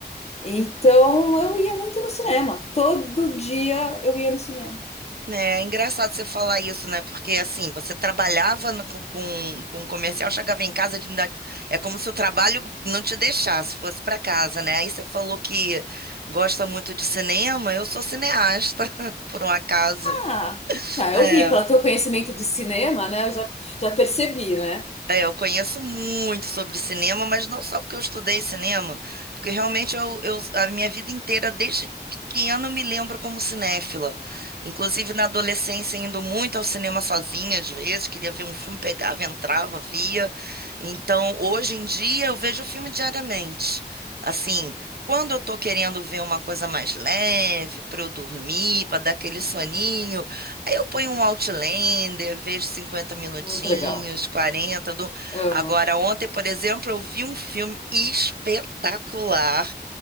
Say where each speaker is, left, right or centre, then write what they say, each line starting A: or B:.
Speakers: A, on the left; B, on the right.
A: Então eu ia muito no cinema. Todo dia eu ia no cinema.
B: né, é engraçado você falar isso, né? Porque assim, você trabalhava no- com, com, com um comercial, chegava em casa, ainda- é como se o trabalho não te deixasse, fosse para casa, né? Aí você falou que gosta muito de cinema. Eu sou cineasta, <laughs> por um acaso.
A: Ah, não, eu
B: É.
A: vi, pelo teu conhecimento de cinema, né? Eu já, já percebi, né?
B: É, eu conheço muito sobre cinema, mas não só porque eu estudei cinema, porque realmente eu, eu- a minha vida inteira, desde pequena, eu me lembro como cinéfila. Inclusive na adolescência, indo muito ao cinema sozinha, às vezes, queria ver um filme, pegava, entrava, via. Então, hoje em dia, eu vejo filme diariamente. Assim, quando eu tô querendo ver uma coisa mais leve, para eu dormir, para dar aquele soninho. Aí eu ponho um Outlander, vejo cinquenta minutinhos,
A: Muito legal.
B: 40 do...
A: Amo.
B: Agora, ontem, por exemplo, eu vi um filme espetacular